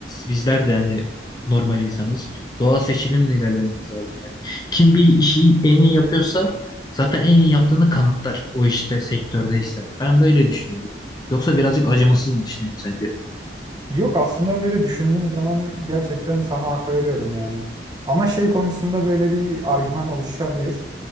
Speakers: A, on the left; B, on the right.
A: bizler de yani normal insanız. Doğal seçilimle ilerlememiz lazım yani. Kim bir işi en iyi yapıyorsa zaten en iyi yaptığını kanıtlar o işte sektördeyse. Ben böyle düşünüyorum. Yoksa birazcık acımasız mı düşünüyorum sence?
B: Yok aslında böyle düşündüğüm zaman gerçekten sana hak veriyorum yani. Ama şey konusunda böyle bir argüman oluşabilir.